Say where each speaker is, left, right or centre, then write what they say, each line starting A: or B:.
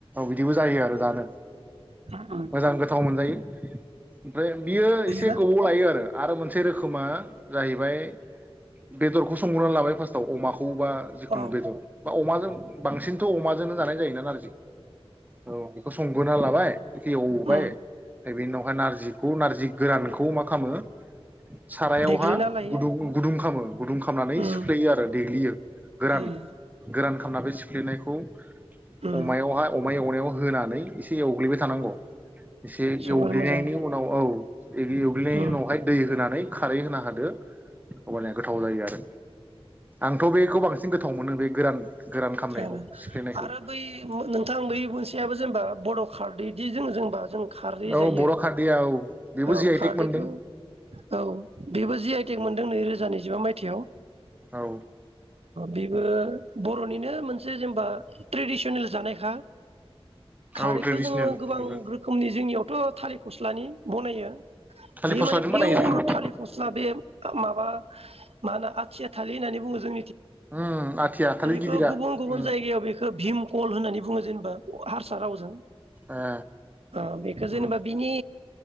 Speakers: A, on the right (about 15°); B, on the right (about 75°).
A: बिदिबो जायो आरो जानो
B: गोथाव
A: मोजां गोथाव मोनजायो। <unintelligible> ओमफ्राय बियो
B: मोनलायोना
A: एसे गोबाव लायो आरो। आरो मोनसे रोखो खोमा जाहैबाय बेदरखौ संग्रोना ला फास्तआव अमाखौ बा जिखुनु
B: औ
A: बेदर बा अमाजों बांसिन थ अमाजोंनो जानाय जायो ना औ बेखौ सं होना लाबाय बेखौ एवबाय
B: उम
A: बेनि उनावहाय नारजिखौ नारजि जि गोरानखौ मा खामो सारायावहा
B: देग्लिना लायो
A: गुदुं गुदुं खामो गुदुं खामनानै
B: उम
A: सिुफ्लेयो आरो देग्लियो गोरान
B: उम
A: गोरान खामना बे सिफ्लेनायखौ
B: उम
A: अमायावहा अमा एवनायाव होनानै एसे एवग्लिबाय थानांगौ। एसे
B: जोबोर
A: एवग्लिनायनि
B: मोजां
A: उनाव औ एवग्लिनायनि
B: उम
A: उनावहाय दै होनानै खारै होना होदो अब्लाना गोथाव जायो आरो। आंथ' बेखौ बांसिन गोथाव मोनो बे गोरान गोरान खामनायखौ
B: उम
A: सिफ्लेनायखौ
B: आरो बै नोंथां बै मोनसे जेनबा बर' खारदैदि जों जोंबा जों खारदै
A: औ
B: जायो
A: बर'
B: औ
A: खारदैया बेबो जि आइ
B: खारदैखौ
A: टेक मोनदों
B: औ बेबो जि आइटेक मोनदों नैरोजा नैजिबा मायथाइ थेव
A: औ
B: बेबो बर' निनो मोनसे जेनेबा ट्रेडसनेल जानायखा। खारैखौ
A: औ ट्रेडिसनेल
B: जोङो गोबां
A: बेबो
B: रोखोमनि जोंनियावथ' थालिर फस्लानि बनायो
A: थालिर
B: बेयो
A: फस्लाजों
B: माने पियर
A: बानायो जों
B: थालिर फस्ला बे माबा मा होनो आथिया थालि होननानै बुङो जों
A: उम आथिया गिदिरा
B: बेखौ गुबुन गुबुन
A: उम
B: जायगायाव बेखौ भिम कल होननानै बुङो जेन'बा हारसा रावजों
A: ए
B: ओ बेखो
A: उम
B: जेनेबा बिनि